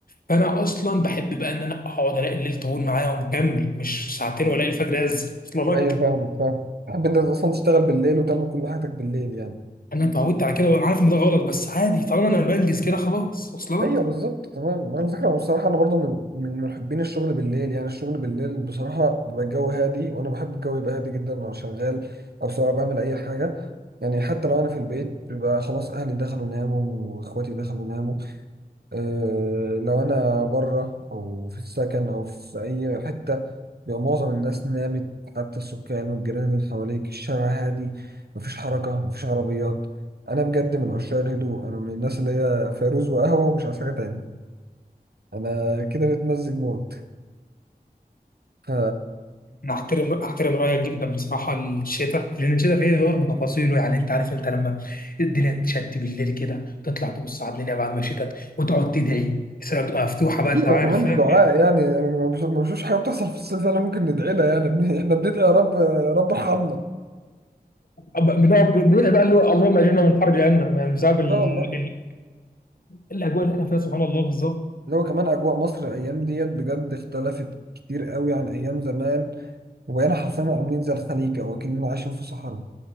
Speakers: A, on the left (about 65°); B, on the right (about 80°).
A: فانا اصلا بحب بقى ان انا اقعد الاقي الليل طويل معايا ومكمل مش ساعتين والاقي الفجر هز وصل
B: ايوه
A: لك
B: فاهمك فاهم تحب انت اصلا تشتغل بالليل وتعمل كل حاجتك بالليل يعني
A: انا اتعودت على كده وعارف ان ده غلط بس عادي طالما انا بنجز كده خلاص وصل
B: ايوه
A: لك
B: بالظبط تمام على فكره بصراحه انا برضو من من محبين الشغل بالليل يعني الشغل بالليل بصراحه بيبقى الجو هادي وانا بحب الجو يبقى هادي جدا وانا شغال او سواء بعمل اي حاجه يعني حتى لو انا في البيت بيبقى خلاص اهلي دخلوا ناموا واخواتي دخلوا ناموا آه، لو انا بره او في السكن او في اي حته بيبقى معظم الناس نامت حتى السكان والجيران اللي حواليك الشارع هادي مفيش حركه مفيش عربيات انا بجد من عشاق الهدوء انا من الناس اللي هي فيروز وقهوه ومش عايز حاجه تاني انا كده متمزج موت ف
A: انا احترم احترم رايك جدا بصراحه الشتاء لان الشتاء فيه برضه تفاصيله يعني انت عارف انت لما الدنيا تشد بالليل كده تطلع تبص على الدنيا بعد ما شتت وتقعد تدعي السماء بتبقى مفتوحه بقى
B: وكمان
A: انت عارف فاهم
B: الدعاء يعني أنا ما بش- ما بشوفش حاجه بتحصل في الصيف انا ممكن ندعي لها يعني <laughs> بن- احنا بندعي يا رب يا رب ارحمنا
A: أب- بنقعد بندعي بقى اللي هو اللهم اجرنا من حر جهنم يعني بسبب ال...
B: لا والله
A: ال... الاجواء اللي احنا فيها سبحان الله بالظبط
B: اللي هو كمان أجواء مصر الأيام ديت بجد اختلفت كتير قوي عن أيام زمان وبقينا حرفيا عاملين زي الخليج أو أكننا عايشين في صحراء